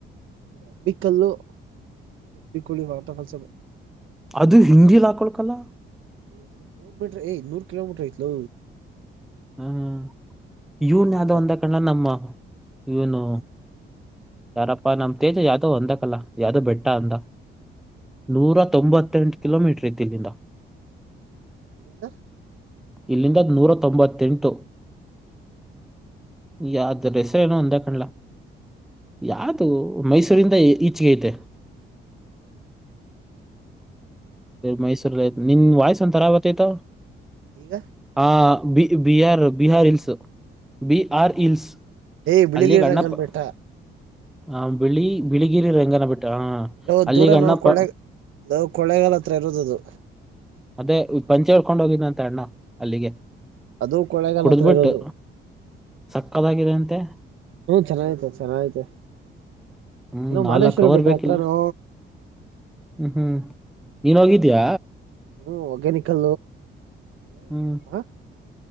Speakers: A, on the right; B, in the centre.
A: ರಬ ಕಲ್ಲು ಬಿಕೋಳ ವಾಟರ್ಫಲ್ ಸ
B: ಅದು ಹಿಂದಿಲಿ ಹಾಕೊಳ್ಕಲ್ಲ
A: ಬಿಡ ನೂರ್ ಮೀಟ್ರ ಏ್ ನೂರ್ ಕಿಲೋಮೀಟರ್ ತ್ಲ
B: ಹ್ಮ ಇವನ್
A: ಬರುತ್ತಾ
B: ಯದ ಒಂದ ಕನ್ನ ನಮ್ಮ ಇವನು ಯಾರಪ್ಪ ನಮ ತೇಜ ಯಾದವ ಅಂದ ಕಲ್ಲ ಯಾದವ ಬೆಟ್ಟ ಅಂದ ನೂರ ತೊಂಬತ್ತೆಂಟು ಕಿಲೋ ಮೀಟರ್ ಇದ್ದಲ್ಲಿಂದ
A: ಇಲ್ಲಿಂದಂದು <unintelligible>
B: ಇಲ್ಲಿಂದ ನೂರ ತೊಂಬತ್ತೆಂಟು ಯ ಅದ ರೆಸನ ಅಂದಾ ಕಣಲ ಯಾದುು ಮೈಸೂರಿಂದ ಈಚೆಗೆ ಐತೆ
A: ಹ್ಮ <inaudible>
B: ಮೈಸೂರ ನಿನ್ ವಾಯ್ಸ ಒಂತರ ಆವತ್ತತ
A: ಈಗ
B: ಆ ಬಿ Bihar Bihar hills B R hills
A: ಏಯ್ ಬಿಳಿಗಿರಿ
B: ಅಲ್ಲಿ ಕಣ್ಣಪ್ಪ
A: ರಂಗನ ಬೆಟ್ಟ
B: ಹ ಬಿಳಿ ಬಿಳಿಗಿರಿ ರಂಗನ ಬಿಟ್ಟ ಹ
A: ಲೋ
B: ಅಲ್ಲಿಗ
A: ದೂರ
B: ಅಣ್ಣಪ್ಪ
A: ನಾವು ಕೊಳ್ಳೆ ಲೋ ಕೊಳ್ಳೇಗಾಲ ಹತ್ರ ಇರೋದದು
B: ಮತ್ತೇ ಪಂಚೆ ಹಳ್ಕೊಂಡ್ ಹೋಗಿದ್ದ ಅಂತ ಅಣ್ಣ ಅಲ್ಲಿಗೆ
A: ಅದು ಕೊಳೆಗಾಲ
B: ಕುಡಿದ್ಬಿಟ್ಟು
A: ಹತ್ರ ಇರೋದು
B: ಸಕ್ಕದಾಗಿದೆ ಅಂತೆ
A: ಹ್ಮ ಚೆನ್ನಐ್ತ ಚೆನ್ನ ಆಐ್ತ
B: ಹ್ಮ್
A: ಅಲೋ ಮಾದೇಶ್ವರ
B: ನಾಲ್ಕ್ ಅವರ್
A: ಬಿಟ್ಟ
B: ಬೇಕಿಲ್ಲ
A: ಹತ್ರನು
B: ಹ್ಮ್ ಹ್ಮ್ ನೀನ್ ಹೋಗಿದ್ದಯ
A: ಹ ಒಗ್ಯನಿಕಲ
B: ಹ್ಮ್
A: ಹ